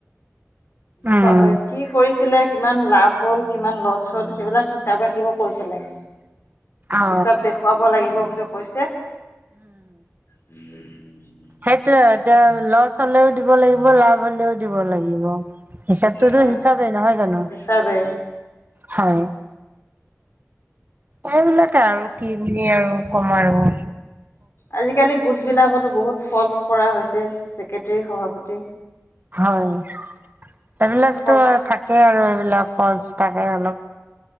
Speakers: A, on the right; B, on the left.
A: উম
B: চ কি কৰিছিলে কিমান লাভ হ'ল কিমান লছ হ'ল সেইবিলাক হিচাপ ৰাখ ৰাখিব কৈছিলে।
A: অ
B: হিচাপ দেখুৱাব লাগিব বুলি কৈছে। <unintelligible>
A: সেইটোৱে এতিয়া লছ হ'লেও দিব লাগিব লাভ হলেও দিব লাগিব। হিচাপটোতো
B: হয়
A: হিচাপেই নহয় জানো
B: হিচাপে
A: হয়। এইবিলাকে আৰু কি বুলি আৰু ক'ম আৰু।
B: আজিকালি গোট বিলাকতো বহুত ফলচ কৰা হৈছে চক্ৰেটাৰী সভাপতি।
A: হয় সেই বিলাকতো
B: ফলচ
A: থাক তাকে আৰু এইবিলাক ফলছ্ থাকে অলপ।